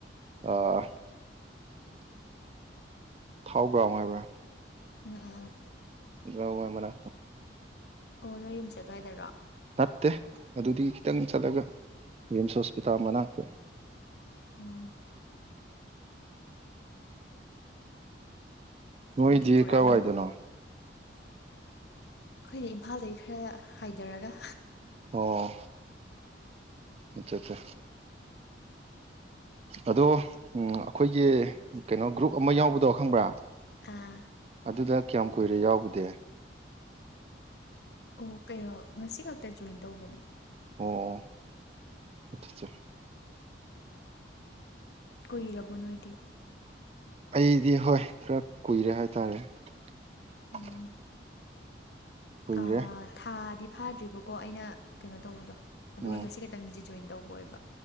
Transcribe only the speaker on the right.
ꯑꯥ ꯊꯥꯎꯒ꯭ꯔꯥꯎꯝ ꯍꯥꯏꯔ꯭ꯕꯥ
ꯌꯥ ꯃꯔ
ꯅꯠꯇꯦ ꯑꯗꯨꯗꯤ ꯈꯤꯇꯪ ꯆꯠꯂꯥꯒ ꯔꯤꯝꯁ ꯍꯣꯁꯄꯤꯇꯥꯜ ꯃꯅꯥꯛꯇꯥ
ꯅꯣꯏꯗꯤ
ꯀꯥꯏꯋꯥꯏꯗꯅꯣ
ꯑꯣ ꯑꯆꯠꯆꯥ ꯑꯗꯣ ꯑꯩꯈꯣꯏꯒꯤ ꯀꯩꯅꯣ ꯒ꯭ꯔꯨꯞ ꯑꯃ ꯌꯥꯎꯕꯗꯣ ꯈꯪꯕ꯭ꯔꯥ
ꯑꯗꯨꯗꯥ ꯀꯌꯥꯝ ꯀꯨꯏꯔꯦ ꯌꯥꯎꯕꯗꯤ
ꯑꯣ ꯑꯆꯠꯆꯥ
ꯑꯩꯗꯤ ꯍꯣꯏ ꯈꯔ ꯀꯨꯏꯔꯦ ꯍꯥꯏꯇꯥꯔꯦ <unintelligible>
ꯀꯨꯏꯔꯦ
ꯎꯝ